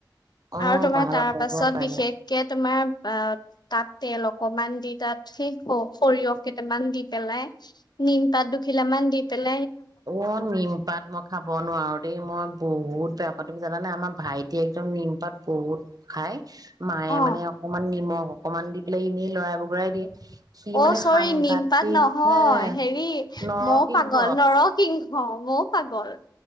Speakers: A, on the right; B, on the left.
A: অ
B: আৰু তোমাৰ
A: ভাল
B: তাৰ
A: পাব
B: পাছত
A: পাৰে
B: বিশেষকে তোমাৰ বা তাত তেল অকমান দি তাত শেষ হ সৰিয়হ কেই ামান দি পেলাই নিম পাত দুখিলা মান দি পেল
A: অ নিমপাত মই খাব নোৱাৰো দেই মই বহুত বে স জানানে আমাৰ ভাইটিয়ে একদম নিমপাত বহুত খায়। মাৰে
B: অ
A: মানে অকমান নিমখ। অকনমান দি পেলাই এনেই লৰাই বগৰাই দিয়ে সি
B: অ
A: মানে
B: চৰি
A: সাংঘাতিক
B: নিমপাত নহয়
A: হে
B: হেৰি
A: নৰসিংহ
B: ময়ো পাগল নৰক কিংহ মোৰ পাগল।